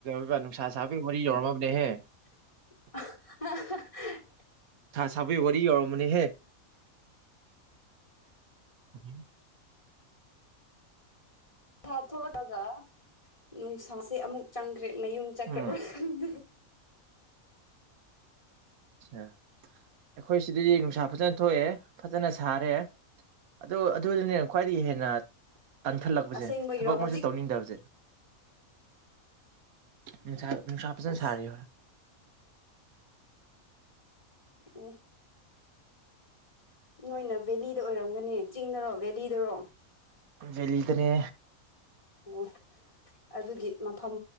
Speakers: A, on the right; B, on the left.
A: ꯕꯤꯕ ꯅꯨꯡꯁꯥ ꯆꯥꯕꯤ ꯌꯔꯃꯕꯨꯅꯦꯍꯦ
B: ꯑ
A: ꯊꯕꯤꯕꯗꯤ ꯌꯧꯔꯝꯃꯅꯤꯍꯦ ꯎꯝ
B: ꯄꯩꯁꯥ ꯊꯣꯛꯂꯛꯑꯒ ꯅꯨꯡꯁꯥꯁꯦ ꯑꯃꯨꯛ ꯆꯪꯈ꯭ꯔꯦ ꯃꯌꯨꯝ ꯆꯠꯈ꯭ꯔꯕ
A: ꯎꯝ
B: ꯈꯪꯗꯦ
A: ꯑ ꯑꯩꯈꯣꯏ ꯁꯤꯗꯗꯤ ꯅꯨꯡꯁꯥ ꯐꯖꯅ ꯊꯣꯛꯑꯦ ꯐꯖꯅ ꯁꯥꯔꯦ ꯑꯗꯨ ꯑꯗꯨꯗꯨꯅꯦ ꯈ꯭ꯋꯥꯏꯗꯒꯤ ꯍꯦꯟꯅ ꯇꯟꯈꯠꯂꯛꯄꯁꯦ
B: ꯑꯁꯦꯡꯕꯒꯤꯔꯣ
A: ꯊꯕꯛ ꯑꯃꯁꯨ
B: ꯍꯧꯖꯤꯛ
A: ꯇꯧꯅꯤꯡꯗꯕꯁꯦ ꯅꯨꯡꯁꯥ ꯅꯨꯡꯁꯥ ꯐꯖꯅ
B: ꯑꯁ
A: ꯁꯥꯔꯤ <unintelligible>
B: ꯑꯣ ꯅꯣꯏꯅ ꯚꯦꯂꯤꯗ ꯑꯣꯏꯔꯝꯒꯅꯤ ꯆꯤꯡꯗꯔꯣ ꯚꯦꯂꯤꯗꯔꯣ
A: ꯚꯦꯂꯤꯗꯅꯦ
B: ꯑꯣ ꯑꯗꯨꯒꯤ ꯃꯐꯝ